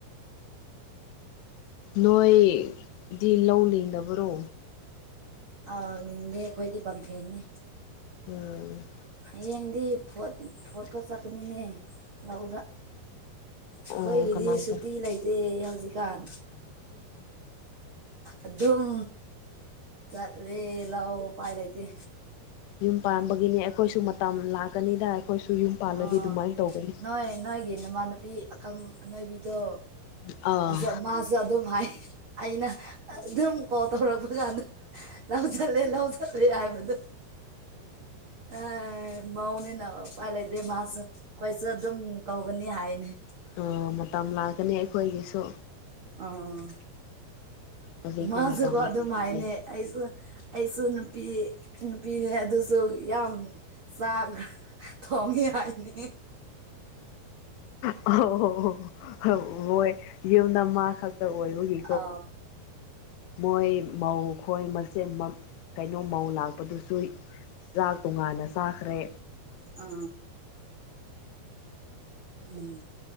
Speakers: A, on the left (about 90°); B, on the right (about 80°).
A: ꯅꯣꯏꯗꯤ ꯂꯧ ꯂꯤꯡꯅꯕꯔꯣ
B: ꯑꯥꯎꯅꯤꯡꯗꯦ ꯑꯩꯈꯣꯏꯗꯤ ꯄꯥꯝꯊꯦꯅꯤ
A: ꯎꯝ
B: ꯍꯌꯦꯡꯗꯤ ꯐꯣꯠꯄꯣꯠ ꯆꯠꯀꯅꯤꯅꯦ ꯂꯧꯗ ꯑꯩꯈꯣꯏꯒꯤꯗꯤ
A: ꯑꯣ ꯀꯅꯥꯒ
B: ꯁꯨꯇꯤ ꯂꯩꯇꯦ ꯍꯧꯖꯤꯛꯀꯥꯟ ꯑꯗꯨꯝ ꯆꯠꯂ ꯂꯥꯎ ꯄꯥꯏ ꯂꯩꯇꯦ
A: ꯌꯨꯝ ꯄꯥꯟꯕꯒꯤꯅꯤ ꯑꯩꯈꯣꯏꯁꯨ ꯃꯇꯝ ꯂꯥꯛꯀꯅꯤꯗ ꯑꯩꯈꯣꯏꯁꯨ ꯌꯨꯝ ꯄꯥꯜꯂꯗꯤ
B: ꯑꯣ
A: ꯑꯗꯨꯃꯥꯏꯅ ꯇꯧꯒꯅꯤ
B: ꯅꯣꯏ ꯅꯣꯏꯒꯤ ꯅꯃꯥꯟꯅꯨꯄꯤ ꯑꯀꯪ ꯑꯅꯣꯏꯕꯤꯗꯣ
A: ꯑꯥ
B: ꯑꯗ ꯃꯥꯁꯨ ꯑꯗꯨꯝ ꯍꯥꯏ ꯑꯩꯅ ꯑꯗꯨꯝ ꯀꯣꯜ ꯇꯧꯔꯛꯄ ꯀꯥꯟꯗ ꯂ ꯆꯠꯂꯦ ꯂ ꯆꯠꯂ ꯍꯥꯏꯏ ꯃꯗꯨ ꯑꯦ ꯃꯧꯅꯤꯅ ꯎꯄꯥꯏ ꯂꯩꯇꯦ ꯃꯥꯁꯨ ꯑꯩꯈꯣꯏꯁꯨ ꯑꯗꯨꯝ ꯀꯧꯒꯅꯤ ꯍꯥꯏꯅꯤ
A: ꯑ ꯃꯇꯝ ꯂꯥꯛꯀꯅꯤ ꯑꯩꯈꯣꯏꯒꯤꯁꯨ
B: ꯑꯣ
A: ꯍꯧꯖꯤꯛꯀꯤ
B: ꯃꯥꯁꯨꯀꯣ
A: ꯃꯇꯝ ꯂꯥꯛꯄꯗꯗꯤ
B: ꯑꯗꯨꯝꯥꯏꯅꯦ ꯑꯩꯁꯨ ꯑꯩꯁꯨ ꯅꯨꯄꯤ ꯅꯨꯄꯤꯅꯦ ꯑꯗꯨꯁꯨ ꯌꯥꯝ ꯆꯥꯛ ꯊꯣꯡꯉꯦ ꯍꯥꯏꯅꯦ
A: ꯑꯣ ꯍ ꯍ ꯋꯥꯏ ꯌꯨꯝꯗ ꯃꯥ ꯈꯛꯇ ꯑꯣꯏꯕꯒꯤ
B: ꯑ
A: ꯃꯣꯏ ꯃꯧ ꯈꯣꯏ ꯃꯆꯦꯠ ꯀꯩꯅꯣ ꯃꯧ ꯂꯥꯛꯄꯗꯨꯁꯨ ꯆꯥꯛ ꯇꯣꯉꯥꯟꯅ ꯆꯥꯈ꯭ꯔꯦ
B: ꯑꯥ ꯎꯝ